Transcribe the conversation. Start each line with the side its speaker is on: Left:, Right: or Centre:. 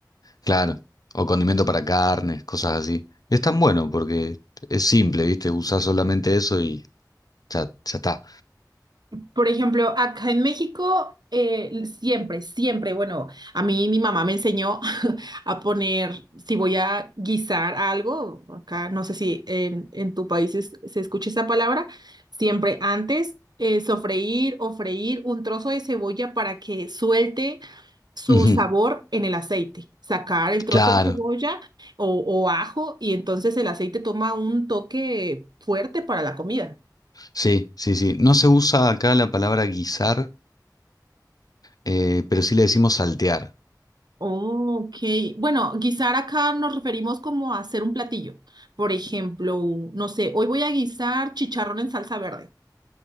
Left: claro, o condimento para carnes, cosas así. Es tan bueno porque es simple, viste, usás solamente eso y ya, ya está.
Right: Por ejemplo, acá en México, eh, siempre, siempre, bueno, a mí mi mamá me enseñó <laughs> a poner, si voy a guisar algo, acá no sé si en, en tu país es- se escucha esa palabra, siempre antes eh, sofreír o freír un trozo de cebolla para que suelte su
Left: Ujú,
Right: sabor en el aceite. Sacar el trozo
Left: Claro,
Right: de cebolla o o ajo y entonces el aceite toma un toque fuerte para la comida.
Left: sí, sí, sí. No se usa acá la palabra guisar, eh, pero sí le decimos saltear.
Right: Ok, bueno, guisar acá nos referimos como a hacer un platillo. Por ejemplo, no sé, hoy voy a guisar chicharrón en salsa verde.